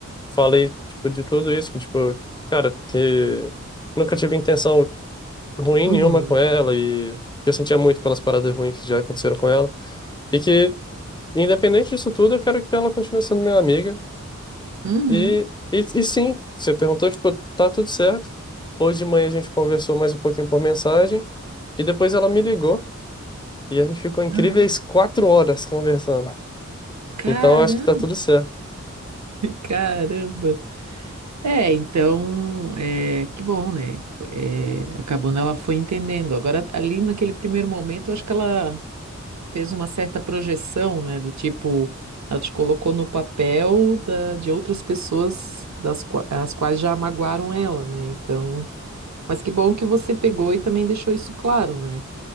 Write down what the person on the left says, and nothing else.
Falei, tipo, de tudo isso, que, tipo, cara, que nunca tive intenção ruim
nenhuma com ela, e que eu sentia muito pelas paradas ruins que já aconteceram com ela, e que, independente disso tudo, eu quero que ela continue sendo minha amiga,
E, e, e sim, você perguntou, tipo, tá tudo certo. Hoje de manhã a gente conversou mais um pouquinho por mensagem. E depois ela me ligou. E a gente ficou incríveis
quatro horas conversando.
Então eu acho que tá tudo certo.